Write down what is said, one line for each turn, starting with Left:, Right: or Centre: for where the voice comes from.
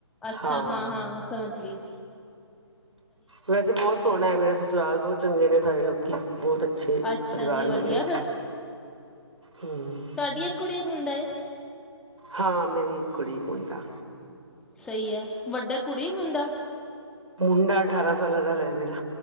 Centre: ਅੱਛਾ
Right: ਹਾਂ।
Centre: ਹਾਂ-ਹਾਂ ਸਮਝ ਗੀ।
Right: ਵੈਸੇ ਬਹੁਤ ਸੋਹਣਾ ਮੇਰਾ ਸਸੁਰਾਲ, ਬਹੁਤ ਚੰਗੇ ਨੇ ਸਾਰੇ ਲੋਕੀ, ਬਹੁਤ ਅੱਛੇ ਅੱਛੇ
Centre: ਅੱਛਾ
Right: ਪਰਿਵਾਰ
Centre: ਜੀ ਵਧੀਆ
Right: ਮਿਲੇ ਆ। ਹੂੰ
Centre: ਤੁਹਾੜੀ ਏਕ ਕੁੜੀ ਏਕ ਮੁੰਡਾ ਏ?
Right: ਹਾਂ, ਮੇਰੀ ਇੱਕ ਕੁੜੀ ਇਕ ਮੁੰਡਾ।
Centre: ਸਹੀ ਹੈ, ਵੱਡਾ ਕੁੜੀ ਏ ਮੁੰਡਾ?
Right: ਮੁੰਡਾ ਅਠਾਰਾਂ ਸਾਲਾਂ ਦਾ ਏ ਮੇਰਾ।